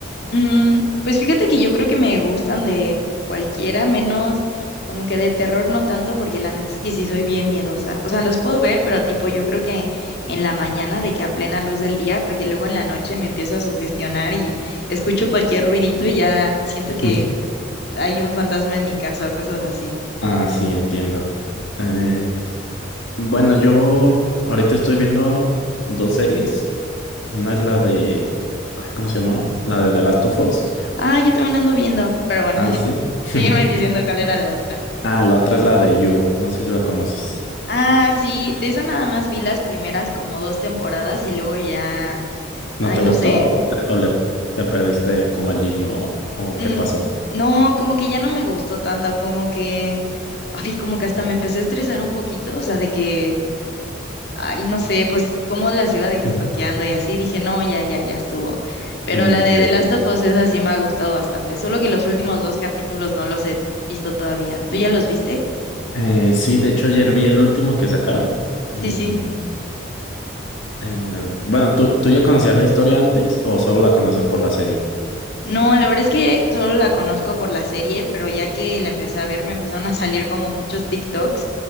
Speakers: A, on the left; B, on the left.
A: Mm, pues fíjate que yo creo que me gustan de cualquiera, menos como que de terror no tanto, porque la neta es que sí soy bien miedosa. O sea, los puedo ver, pero tipo yo creo que en la mañana de que a plena luz del día, porque luego en la noche me empiezo a sugestionar y escucho cualquier ruidito y ya siento que
B: <laughs>
A: hay un fantasma en mi casa o cosas así.
B: Ah, sí, entiendo. Eh, bueno, yo ahorita estoy viendo dos series. Una es la de, ay, ¿cómo se llamaba? La de The Last of Us.
A: Ah, yo también la ando viendo, pero bueno,
B: Ah,
A: <laughs>
B: sí. <laughs>
A: sígueme diciendo cuál era la otra.
B: Ah, la otra es la de You. No sé si la conoces.
A: Ah, sí, de esa nada más vi las primeras como dos temporadas y luego ya,
B: ¿No
A: ay,
B: te
A: no
B: gustó
A: sé,
B: o, te- o le, le perdiste como el hilo o
A: Mm,
B: qué pasó?
A: no, como que ya no me gustó tanto, como que, ay, como que hasta me empecé a estresar un poquito, o sea, de que, ay, no sé, pues cómo las iba de que
B: <laughs>
A: estoqueando y así, dije, no, ya, ya, ya estuvo. Pero
B: Mm,
A: la
B: ok.
A: de The Last of Us, esa sí me ha gustado bastante, solo que los últimos dos capítulos no los he visto todavía. ¿Tú ya los viste?
B: Eh, sí, de hecho ayer vi el último que sacaron. y,
A: Sí, sí.
B: eh, bueno, ¿tú, tú ya conocías la historia antes o solo la conoces por la serie?
A: No, la verdad es que solo la conozco por la serie, pero ya que la empecé a ver, me empezaron a salir como muchos TikToks